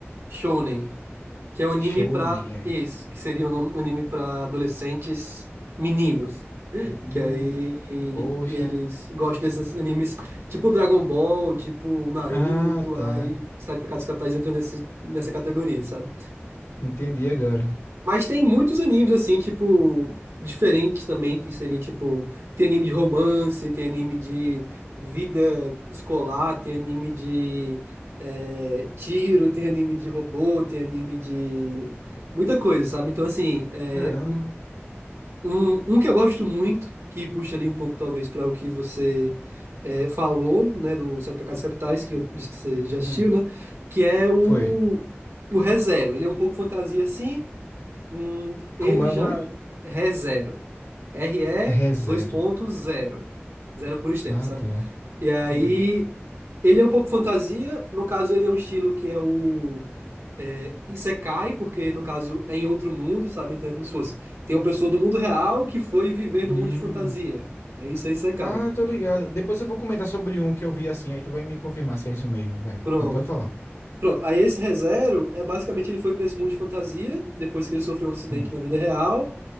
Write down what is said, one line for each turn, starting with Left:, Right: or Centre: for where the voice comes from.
Right: shonen, que é um anime
Left: Shonen,
Right: pra...
Left: é.
Right: Isso, que seria um nome- um anime pra adolescentes meninos.
Left: Hum,
Right: Que aí
Left: poxa.
Right: eles gostam desses animes tipo Dragon Ball, tipo Naruto,
Left: Ah, tá.
Right: aí Sete Pecados Capitais entra nesse, nessa categoria, sabe?
Left: Entendi agora.
Right: Mas tem muitos animes assim, tipo, diferentes também, que seria tipo, tem anime de romance, tem anime de vida escolar, tem anime de é, tiro, tem anime de robô, tem anime de muita coisa, sabe? Então, assim, é,
Left: Caramba.
Right: um, um que eu gosto muito, que puxa ali um pouco, talvez, para o que você é, falou, né, do Sete Pecados Capitais, que eu disse que você já assistiu,
Left: Hum,
Right: né? Que é o,
Left: foi.
Right: o ReZero. Ele é um pouco fantasia, sim. Hum, ele
Left: Como é o
Right: já.
Left: nome?
Right: é ReZero. r e
Left: ReZero.
Right: dois pontos, zero. Zero por extenso,
Left: Ah,
Right: sabe?
Left: tá.
Right: E aí.
Left: Entendi.
Right: Ele é um pouco fantasia. No caso, ele é um estilo que é o. É, Isekai, porque no caso é em outro mundo, sabe? Então é como se fosse. Tem uma pessoa do mundo real que foi viver no
Left: Hum.
Right: mundo de fantasia. Aí isso é Isekai.
Left: Ah, tô ligado. Depois eu vou comentar sobre um que eu vi assim, aí tu vai me confirmar se é isso mesmo, vai.
Right: Pronto.
Left: Mas pode falar.
Right: Pronto. Aí esse ReZero é basicamente ele foi para esse mundo de fantasia, depois que ele sofreu um acidente
Left: Hum,
Right: na vida real.